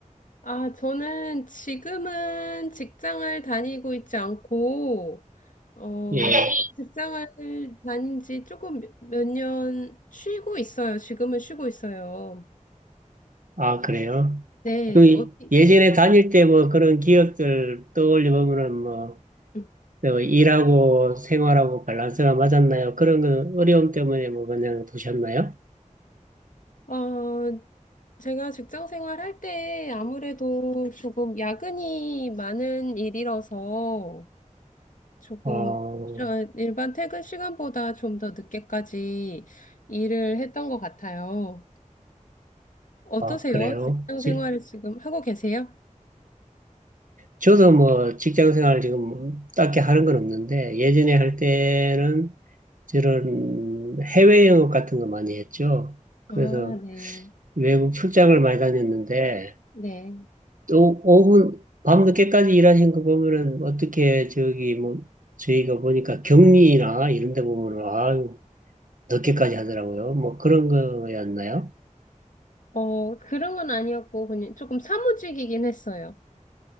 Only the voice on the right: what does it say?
예.
아, 그래요?
그
예전에
다닐 때 뭐 그런 기억들 떠올려보면은 뭐,
저 일하고 생활하고 밸런스가 맞았나요? 그런 거 어려움 때문에 뭐 그냥 두셨나요?
어,
아, 그래요?
지-
저도 뭐 직장 생활 지금 딱히 하는 건 없는데, 예전에 할 때는 저런 해외 영업 같은 거 많이 했죠. 그래서
외국 출장을 많이 다녔는데
또 오후 밤늦게까지 일하신 거 보면은 어떻게 저기 뭐 저희가 보니까 격리나 이런 데 보면은 아유 늦게까지 하더라고요. 뭐 그런 거였나요?